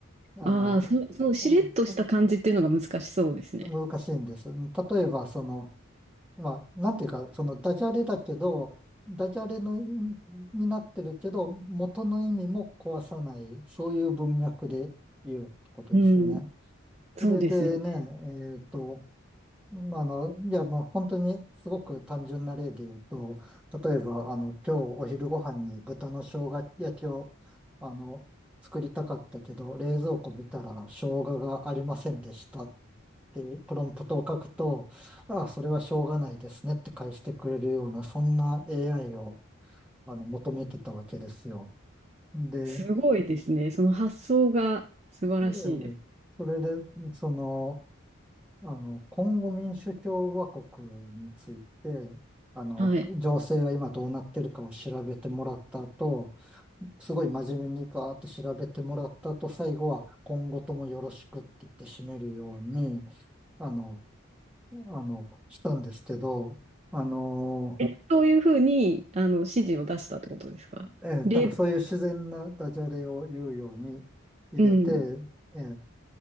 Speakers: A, in the centre; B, on the right.
A: あの、
B: ああ、そう、そう、しれっとした感じっていうのが難しそうですね。
A: うん難しいんです。例えば、その、まあ、なんていうか、そのダジャレだけど、ダジャレの意味になってるけど、元の意味も壊さない、そういう文脈で言うってことですよね。
B: うん。そうですよね。
A: それでね、えっと、まああの、いや、もう本当にすごく単純な例で言うと、例えば、あの、今日お昼ご飯に豚の生姜焼きを、あの、作りたかったけど、冷蔵庫見たら生姜がありませんでしたっていうプロンプトを書くと、ああ、それはしょうがないですねって返してくれるような、そんな AI を、あの、求めてたわけですよ。で、
B: すごいですね。その発想が素晴らしいです。
A: うん、それで、その、あの、今後民主共和国について、あの、
B: はい。
A: 情勢が今どうなってるかを調べてもらった後、すごい真面目にバーっと調べてもらった後、最後は今後ともよろしくって言って締めるように、あの、あの、したんですけど、あの、
B: え、そういうふうに、あの、指示を出したってことですか例、
A: えーなんかそういう自然なダジャレを言うように入れて、
B: うん。
A: えー